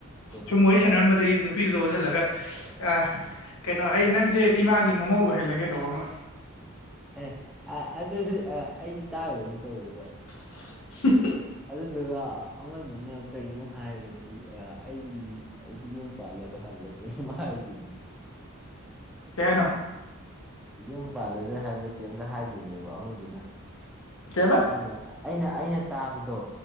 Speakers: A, in the centre; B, on the left.
A: ꯀꯩ
B: ꯁꯨꯝ ꯋꯥꯔꯤ ꯁꯥꯟꯅꯔꯝꯕꯗꯒꯤ ꯅꯨ ꯅꯨꯄꯤꯗꯨꯗꯣ ꯑꯣꯟꯁꯤꯜꯂꯒ ꯑ ꯀꯩꯅꯣ ꯑꯩ ꯅꯪꯁꯦ ꯏꯃꯥꯒꯤ ꯃꯃꯧ ꯑꯣꯏꯍꯜꯂꯒꯦ ꯇꯧꯕ ꯑꯃ
A: ꯑꯦ ꯑ ꯑꯗꯨꯗꯤ ꯑꯩꯁꯨ ꯇꯥꯈꯔꯒꯨꯝ ꯇꯧꯔ‌ꯦꯕꯣ
B: <unintelligible>
A: ꯑꯗꯨꯗꯨꯒ ꯑꯃꯗꯨꯅ ꯀꯩꯅꯣ ꯍꯥꯏꯕꯅꯤ ꯑ ꯑ ꯑꯩ ꯑꯩꯗꯤ ꯌꯨꯝ ꯄꯥꯜꯂꯔꯣꯏ ꯍꯥꯏꯕ꯭ꯔ ꯀꯩꯅꯣꯃ ꯍꯥꯏꯕꯅꯤ
B: ꯀꯩ ꯍꯥꯏꯅ‌ꯣ
A: ꯌꯨꯝ ꯄꯥꯜꯂꯔꯣꯏ ꯍꯥꯏꯕ꯭ꯔꯥ ꯀꯩꯝꯒ ꯍꯥꯏꯈꯤꯕꯅꯦꯕ ꯑꯃꯗꯨꯅ
B: ꯀꯩꯕ
A: ꯑꯩꯅ ꯑꯩꯅ ꯑꯩꯅ ꯇꯥꯕꯗꯣ